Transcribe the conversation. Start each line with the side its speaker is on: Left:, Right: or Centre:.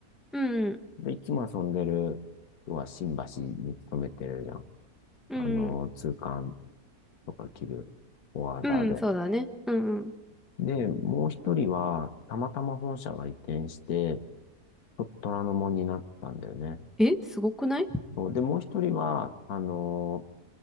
Centre: うん、
Left: で、いつも遊んでる人は新橋に勤めてるじゃん。
Centre: うん、
Left: あの、通関とか着るフォワーダーで。
Centre: うん、うんそうだね。うん、うん。
Left: で、もう一人は、たまたま本社が移転して、ちょっと虎ノ門になったんだよね。
Centre: え、すごくない
Left: そう、で、もう一人は、あの、